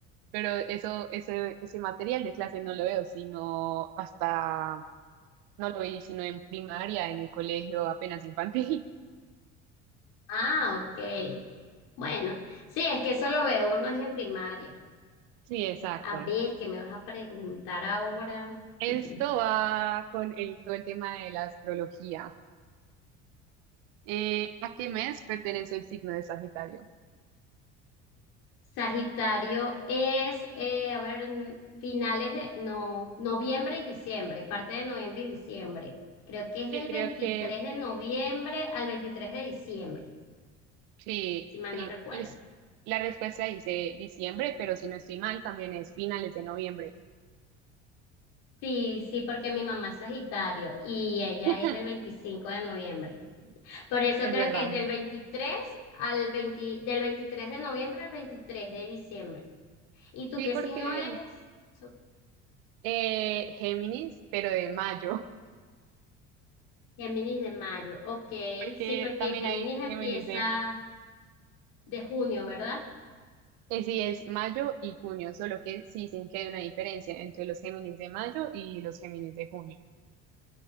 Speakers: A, on the right; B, on the left.
A: pero eso, ese, ese material de clase no lo veo, sino hasta, no lo vi, sino en primaria, en el colegio apenas infantil. <laughs>
B: Ah, ok. Bueno, sí, es que eso lo ve uno es en primaria.
A: Sí, exacto.
B: A ver, ¿qué me vas a preguntar ahora?
A: Esto
B: <laughs>
A: va con el, todo el tema de la astrología. Eh, ¿a qué mes pertenece el signo de Sagitario?
B: Sagitario es, eh, a ver, n- finales de, no, noviembre y diciembre, parte de noviembre y diciembre. Creo que es
A: Sí,
B: del
A: creo
B: 23
A: que
B: de noviembre al 23 de diciembre,
A: sí,
B: si mal
A: sí.
B: no recuerdo.
A: es- la respuesta dice diciembre, pero si no estoy mal, también es finales de noviembre.
B: Sí, sí, porque mi mamá es Sagitario y ella
A: <laughs>
B: es del 25 de noviembre. Por eso
A: Es
B: creo
A: verdad.
B: que es del 23 al 20 del 23 de noviembre al 23 de diciembre. ¿Y
A: Sí,
B: tú qué
A: porque
B: signo eres? So-
A: eh, Géminis, pero de mayo,
B: Géminis de mayo, ok.
A: <laughs> porque
B: Sí, porque
A: también
B: Géminis
A: hay
B: empieza
A: Géminis de...
B: de junio, ¿verdad?
A: eh, sí, es mayo y junio, solo que sí dicen que hay una diferencia entre los Géminis de mayo y los Géminis de junio.